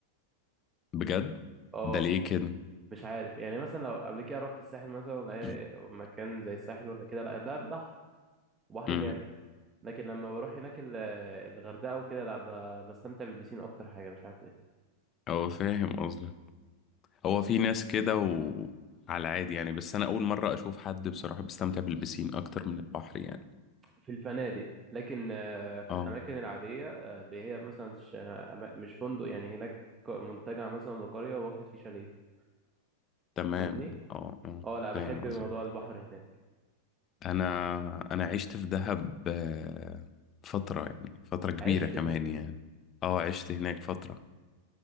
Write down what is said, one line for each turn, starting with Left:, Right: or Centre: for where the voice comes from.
Left: بجد
Right: اه
Left: ده ليه كده
Right: مش عارف يعني مثلا لو قبل كده رحت الساحل مثلا ولا اي
Left: <clears throat>
Right: مكان زي الساحل ولا كده لا ده بحر وبحر
Left: م.
Right: جامد لكن لما بروح هناك ال- الغردقة وكده لا ب- بستمتع بالبسين أكتر حاجة مش عارف ليه
Left: هو فاهم قصدك هو في ناس كده وعلى عادي يعني بس انا اول مرة اشوف حد بصراحة بيستمتع بالبسين اكتر من البحر يعني
Right: في الفنادق لكن آه، في
Left: اه
Right: الأماكن العادية آه، اللي هي مثلا ش- أما- مش فندق يعني هناك ك- منتجع مثلا لقرية واخد فيه شاليه
Left: تمام
Right: فاهمني؟
Left: اه اه
Right: اه لا بحب
Left: فاهم قصدك
Right: موضوع البحر هناك
Left: انا انا عشت في دهب آه، فترة يعني فترة كبيرة
Right: عشت
Left: كمان
Right: هناك
Left: يعني اه عشت هناك فترة